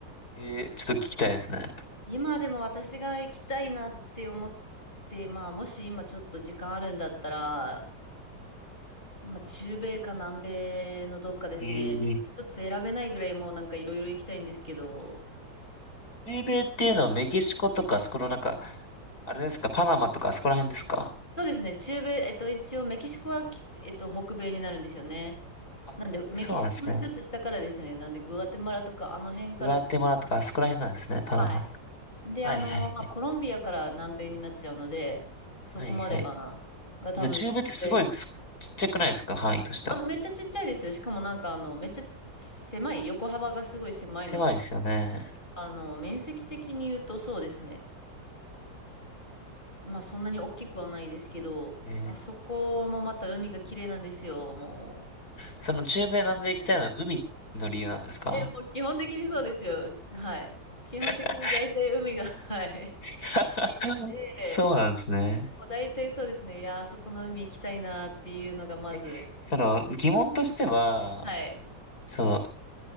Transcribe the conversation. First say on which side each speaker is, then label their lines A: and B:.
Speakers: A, on the left; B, on the left.
A: えー、ちょっと聞きたいですね。
B: 今でも私が行きたいなって思って、まあ、もし今ちょっと時間あるんだったら、まあ、中米か南米のどっかですね。
A: えー、
B: 一つ選べないぐらいもうなんかいろいろ行きたいんですけど、
A: 米米っていうのはメキシコとか、あそこのなんか、あれですか、パナマとかあそこら辺ですか
B: そうですね。中米、えっと、一応メキシコはき、えっと、北米になるんですよね。
A: あ、
B: なんで、メキシコの一つ下からですね。
A: そうなんですね。
B: なんで、グアテマラとか、あの辺からちょっと、
A: グアテマラとかあそこら辺なんですね、パナマ。
B: はい。で、
A: はいはい。
B: あの、まあ、コロンビアから南米になっちゃうので、そこまでかな。
A: はいはい。
B: が多分、
A: じゃあ中米ってすごいつちっちゃくないですか範囲としては。
B: 南米にあ、めっちゃちっちゃいですよ。しかもなんか、あの、めっちゃ狭い、横幅がすごい狭いので、
A: 狭いですよね。
B: あの、面積的に言うとそうですね。まあ、そんなに大きくはないですけど、
A: えー、
B: あそこもまた海が綺麗なんですよ、もう。
A: その中米南米行きたいのは海の理由なんですか
B: え、もう基本的にそうですよ。うちはい。基本的に大体海が、
A: <laughs>
B: <laughs> はい。
A: <laughs>
B: ついて、
A: そうなんですね。
B: もう大体そうですね。いや、あそこの海行きたいなっていうのがまず、
A: え、その、疑問としては、
B: はい。
A: その、